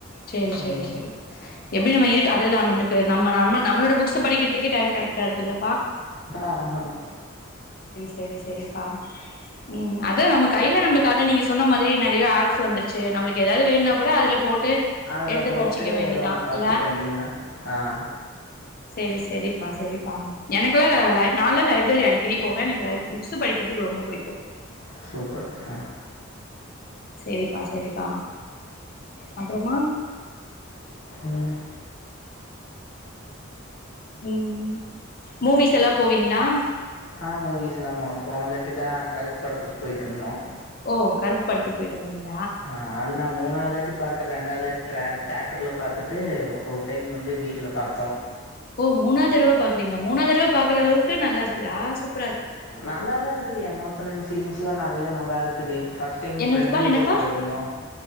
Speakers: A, on the left; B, on the left.
A: செரி செரி
B: ம்.
A: செரி எப்டி நம இருக்கு அதுதா நம்மலுக்கு நம்ம நம்ம நம்மோட புக்ஸ் படிக்கிறதுக்கே டைம் கரைட்டா இருக்குல
B: ஆமாங்
A: செரி செரி ப்பா உம் அதா நம்ம கையில நம்ம அதா நீங்க சொன்ன மாதிரியோ நறைய அப்ஸ் வந்துருச்சி நம்மளுக்கு ஏதாது வேணுனா கூட அதுல போட்டு
B: அதுல
A: எடுத்து
B: போட்டு
A: படிச்சுக்க வேண்டிதா
B: ஏதோ ஒண்ணு பாத்துக்க
A: இல்ல
B: வேண்டியதான் ஆஹ்
A: செரி செரிப்பா செரிப்பா எனக்குள்ளா லைப் நாளா லைப்ரரி அடிக்கடி போவங் எனக்கு லைப் புக்ஸ் படி கிறதுக்கு ரொம்ப புடிக்கும்
B: சூப்பர் ஹ
A: செரிப்பா செரிப்பா அப்புறமா
B: உம்
A: உம் மூவிஸ் எல்லா போவீங்களா
B: ஆஹ் மூவிஸ் எல்லா போணோ போன தாட்டி தா கருப்பு படத்துக்கு போயிட்டு வந்தோம்
A: ஓ கருப்பு படத்துக்கு போயிட்டு வந்தீங்க
B: ஆஹ் அது நா மூணாதாட்டி பாக்குற ரெண்டாதாட்டி தே தேட்டர்ல பாத்திட்டு ஒரு டைம் வந்து வீட்ல பாத்தோ
A: ஓ மூணாதடவ பாக்றீங்களா மூணாதடவ பாக்ற அளவுக்கு நல்லா இருக்கு கிளாஸ்ஸிக்கு
B: நல்லாதா இருக்குது எமோஷனல் சீன்ஸ் லா நெறையா நல்லா இருக்குது ஃபர்ஸ்ட் டைம்
A: என்னதுப்பா
B: ஃப்ரெண்டுங்
A: என்னப்பா
B: கூட போயிருந்தோ